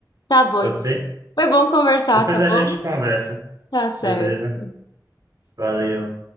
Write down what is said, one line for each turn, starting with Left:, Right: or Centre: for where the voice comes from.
Left: tá bom
Right: Pode
Left: então.
Right: ser?
Left: Foi bom conversar,
Right: Depois
Left: tá
Right: a
Left: bom?
Right: gente conversa.
Left: Tá certo.
Right: Beleza? Valeu.